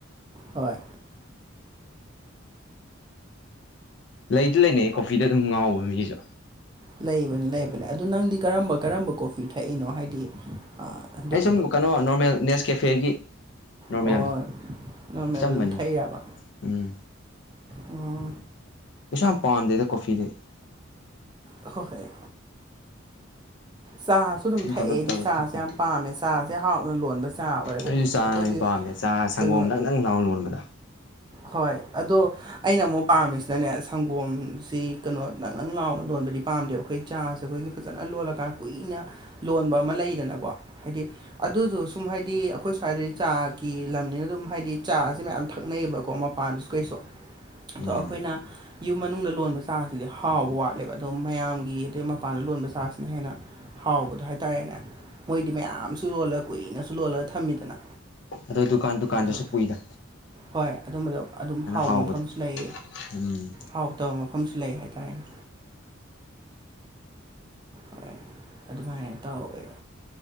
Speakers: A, on the right; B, on the left.
A: ꯍꯣꯏ
B: ꯂꯩꯗꯤ ꯂꯩꯅꯩ ꯀꯣꯐꯤꯗ ꯑꯗꯨꯝ ꯉꯥꯎꯕ ꯃꯤꯁꯨ
A: ꯂꯩꯕꯅꯤ ꯂꯩꯕꯅꯦ ꯑꯗꯨ ꯅꯪꯗꯤ ꯀꯔꯝꯕ ꯀꯔꯝꯕ ꯀꯣꯐꯤ ꯊꯛꯏꯅꯣ ꯍꯥꯏꯗꯤ ꯑꯗꯨꯝ
B: ꯑꯩ ꯁꯨꯝ ꯀꯩꯅꯣ ꯅꯣꯔꯃꯦꯜ ꯅꯦꯁ ꯀꯦꯐꯦꯒꯤ ꯅꯣꯔꯃꯦꯜꯗꯣ
A: ꯑꯣ ꯅꯣꯔꯃꯦꯜꯗ
B: ꯑꯆꯝꯕꯅꯤ
A: ꯑꯗꯨꯝ ꯊꯛꯏꯕ
B: ꯎꯝ
A: ꯑꯣ
B: ꯀꯩꯁꯥ ꯌꯥꯝ ꯄꯥꯝꯗꯦꯗ ꯀꯣꯐꯤꯗꯤ
A: ꯑ ꯍꯣꯏ ꯆꯥꯁ ꯁꯨ ꯑꯗꯨꯝ ꯊꯛꯑꯦꯗꯤ
B: ꯀꯩꯅꯣ ꯇꯧꯋꯦ
A: ꯆꯥꯁꯦ
B: ꯊꯛꯄ
A: ꯌꯥꯝ ꯄꯥꯝꯃꯦ ꯆꯥꯁꯦ ꯍꯥꯎꯅ ꯂꯣꯟꯕ ꯆꯥ ꯑꯣꯏꯔꯒꯗꯤ
B: ꯑꯩꯁꯨ ꯆꯥꯅ
A: ꯑꯩꯈꯣꯏꯒꯤ
B: ꯄꯥꯝꯃꯦ ꯆꯥ ꯁꯪꯒꯣꯝ
A: ꯀꯩꯅꯣ
B: ꯅꯪꯅꯪ ꯂꯥꯎ ꯂꯣꯟꯕꯗꯣ
A: ꯍꯣꯏ ꯑꯗꯣ ꯑꯩꯅ ꯑꯃꯨꯛ ꯄꯥꯝꯃꯤꯁꯤꯅꯅꯦ ꯁꯪꯒꯣꯝꯁꯤ ꯀꯩꯅꯣ ꯅꯪ ꯅꯪ ꯂꯥꯎꯅ ꯂꯣꯟꯕꯗꯤ ꯄꯥꯝꯗꯦꯕ ꯑꯩꯈꯣꯏ ꯆꯥꯁꯦ ꯑꯩꯈꯣꯏꯒꯤ ꯐꯖꯅ ꯂꯣꯜꯂꯀꯥꯟ ꯀꯨꯏꯅ ꯂꯣꯟꯕ ꯑꯃ ꯂꯩꯗꯅꯀꯣ ꯍꯥꯏꯗꯤ ꯑꯗꯨꯗꯣ ꯁꯨꯝ ꯍꯥꯏꯗꯤ ꯑꯩꯈꯣꯏ ꯁ꯭ꯋꯥꯏꯗꯗꯤ ꯆꯥꯒꯤ ꯂꯝꯅꯤꯅ ꯑꯗꯨꯝ ꯍꯥꯏꯗꯤ ꯆꯥꯁꯦ ꯃꯌꯥꯝ ꯊꯛꯅꯩꯌꯦꯕ ꯀꯣ ꯃꯄꯥꯟꯗꯁꯨ ꯀꯩꯁꯨ ꯑꯗꯣ
B: ꯎꯝ
A: ꯑꯩꯈꯣꯏꯅ ꯌꯨꯝ ꯃꯅꯨꯡꯗ ꯂꯣꯟꯕ ꯆꯥꯔꯁꯤꯗꯤ ꯍꯥꯎꯕ ꯋꯥꯠꯂꯦꯕ ꯑꯗꯣ ꯃꯌꯥꯝꯒꯤ ꯑꯗꯩ ꯃꯄꯥꯟꯗ ꯂꯣꯟꯕ ꯆꯥꯁꯤꯅ ꯍꯦꯟꯅ ꯍꯥꯎꯕꯗꯣ ꯍꯥꯏꯇꯥꯔꯦꯅꯦ ꯃꯣꯏꯗꯤ ꯃꯌꯥꯝꯁꯨ ꯂꯣꯜꯂ ꯀꯨꯏꯅꯁꯨ ꯂꯣꯜꯂꯒ ꯊꯝꯃꯤꯗꯅ
B: ꯑꯗꯨ ꯗꯨꯀꯥꯟ ꯗꯨꯀꯥꯟꯗꯁꯨ
A: ꯑꯗꯣ
B: ꯄꯨꯨꯏꯗ
A: ꯍꯣꯏ ꯑꯗꯨꯝꯕꯗꯣ ꯑꯗꯨꯝ ꯍꯥꯎꯕ
B: ꯍꯥꯎꯕꯗꯣ
A: ꯃꯐꯝꯁꯨ ꯂꯩ
B: ꯎꯝ
A: ꯍꯥꯎꯇꯕ ꯃꯐꯝꯁꯨ ꯂꯩ ꯍꯥꯏꯇꯥꯔꯦꯅꯦ ꯍꯣꯏ ꯑꯗꯨꯃꯥꯏꯅ ꯇꯧꯋꯦ